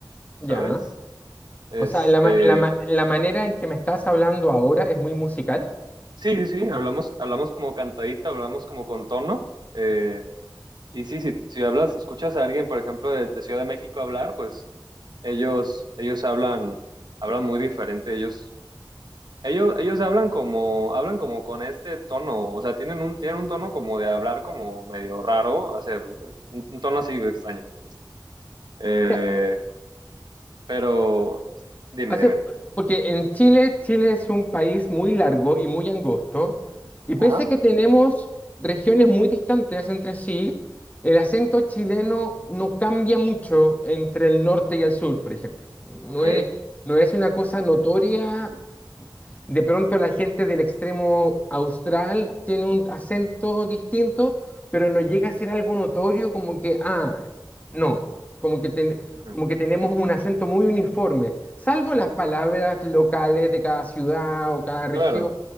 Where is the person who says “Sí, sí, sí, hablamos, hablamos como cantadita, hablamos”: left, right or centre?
Right